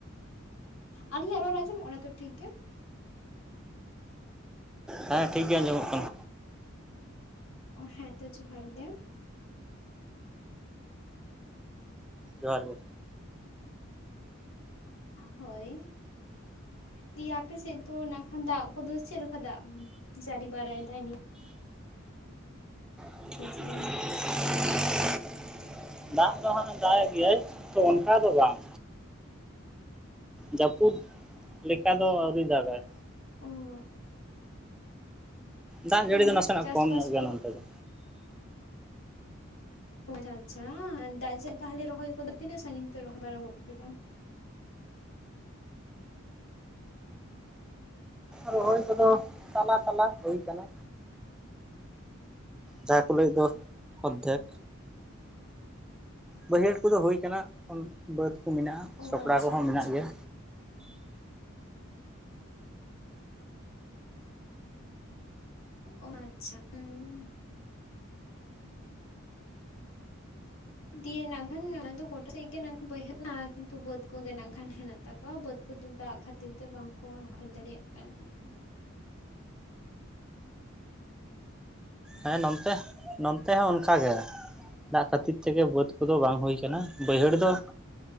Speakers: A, on the left; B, in the centre.
A: ᱟᱹᱞᱤᱧᱟᱜ ᱨᱚᱲ ᱟᱸᱡᱚᱢᱚᱜ ᱠᱟᱱᱟ ᱛᱚ ᱴᱷᱤᱠ ᱜᱮ?
B: ᱦᱮᱸ ᱴᱷᱤᱠ ᱜᱮ ᱟᱸᱡᱚᱢᱚᱜ ᱠᱟᱱᱟ᱾
A: ᱚ, ᱦᱮᱸ ᱛᱚ ᱡᱚᱦᱟᱨ ᱜᱮ᱾
B: ᱡᱚᱦᱟᱨ ᱜᱮ᱾
A: ᱦᱳᱭ, ᱫᱤᱭᱮ ᱟᱯᱮ ᱥᱮᱫ ᱫᱚ ᱱᱟᱠᱷᱟᱱ ᱫᱟᱜ ᱠᱚᱫᱚ ᱪᱮᱫ ᱞᱮᱠᱟ ᱫᱟᱜ ᱡᱟᱹᱨᱤ ᱵᱟᱨᱟᱭ ᱫᱟᱭ ᱱᱤᱛ?
B: <unintelligible> <unintelligible>
A: ᱱᱤᱭᱟᱹ ᱥᱤᱡᱤᱱ ᱫᱚ
B: ᱫᱟᱜ ᱫᱚ ᱦᱟᱸᱜ ᱫᱟᱜ ᱮᱜ ᱜᱮᱭᱟᱭ ᱛᱚ ᱚᱱᱠᱟ ᱫᱚ ᱵᱟᱝ᱾ ᱡᱟᱹᱯᱩᱫ ᱞᱮᱠᱟ ᱫᱚ ᱟᱹᱣᱨᱤ ᱫᱟᱜᱟᱭ᱾
A: ᱚ᱾
B: ᱫᱟᱜ ᱡᱟᱹᱲᱤ
A: ᱦᱮᱸ
B: ᱫᱚ ᱱᱟᱥᱮᱱᱟᱜ
A: ᱪᱟᱥᱵᱟᱥ
B: ᱠᱚᱢ ᱧᱚᱜ ᱜᱮᱭᱟ
A: ᱠᱚ
B: ᱱᱚᱱᱛᱮ ᱫᱚ᱾
A: ᱟᱪᱪᱷᱟ ᱟᱪᱪᱷᱟ, ᱫᱟᱜ ᱡᱮ ᱛᱟᱞᱦᱮ ᱨᱚᱦᱚᱭ ᱠᱚᱫᱚ ᱛᱤᱱᱟᱹᱜ ᱥᱟᱺᱜᱤᱧ ᱯᱮ ᱨᱚᱦᱚᱭ ᱵᱟᱲᱟ ᱜᱚᱫ ᱠᱮᱫᱟ?
B: ᱨᱚᱦᱚᱭ ᱠᱚᱫᱚ ᱛᱟᱞᱟ ᱛᱟᱞᱟ ᱦᱩᱭ ᱠᱟᱱᱟ᱾ ᱡᱟᱦᱟᱸᱭᱴ ᱠᱚ ᱞᱟᱹᱭᱮᱫ ᱫᱚ ᱚᱫᱽᱫᱷᱮᱠ᱾ ᱵᱟᱹᱭᱦᱟᱹᱲ ᱠᱚᱫᱚ ᱦᱩᱭ ᱠᱟᱱᱟ, ᱚᱱ ᱵᱟᱹᱫᱽ ᱠᱚ ᱢᱮᱱᱟᱜ-ᱟ,
A: ᱚ
B: ᱥᱚᱠᱲᱟ
A: ᱟᱪᱪᱷᱟ
B: ᱠᱚᱦᱚᱸ
A: ᱟᱪᱪᱷᱟ
B: ᱢᱮᱱᱟᱜ ᱜᱮᱭᱟ᱾
A: ᱚ, ᱟᱪᱪᱷᱟ ᱩᱸ᱾ ᱫᱤᱭᱮ ᱱᱟᱜ ᱠᱷᱟᱱ ᱚᱱᱟ ᱫᱚ ᱜᱚᱴᱟ ᱥᱮᱫ ᱜᱮ ᱱᱟᱠᱷᱟᱱ ᱵᱟᱹᱭᱦᱟᱹ ᱟᱸᱠ ᱠᱤᱱᱛᱩ ᱵᱟᱹᱫᱽ ᱠᱚ ᱜᱮ ᱱᱟᱜ ᱠᱷᱟᱱ ᱦᱮᱱᱟᱜ ᱛᱟᱠᱚᱣᱟ ᱵᱟᱹᱫᱽ ᱩᱱᱠᱩ ᱫᱚ ᱫᱟᱜ ᱠᱷᱟᱹᱛᱤᱨ ᱛᱮ ᱵᱟᱝ ᱠᱚ ᱨᱚᱦᱚᱭ ᱫᱟᱲᱮᱭᱟᱜ ᱠᱟᱱᱟ᱾
B: ᱦᱮᱸ ᱱᱚᱱᱛᱮ, ᱱᱚᱱᱛᱮ ᱦᱚᱸ ᱚᱱᱠᱟ ᱜᱮ᱾ ᱫᱟᱜ ᱠᱷᱟᱹᱛᱤᱨ ᱛᱮᱜᱮ ᱵᱟᱹᱫᱽ ᱠᱚᱫᱚ ᱵᱟᱝ ᱦᱩᱭ ᱠᱟᱱᱟ, ᱵᱟᱹᱭᱦᱟᱹᱲ ᱫᱚ